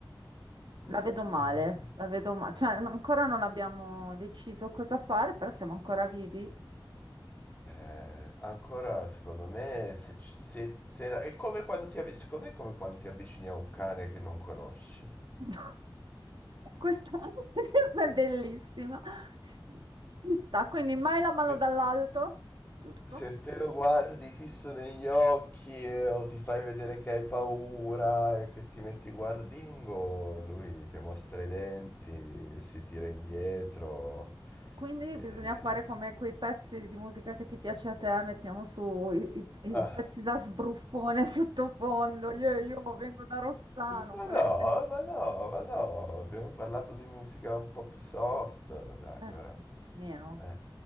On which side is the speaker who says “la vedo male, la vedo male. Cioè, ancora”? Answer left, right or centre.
Right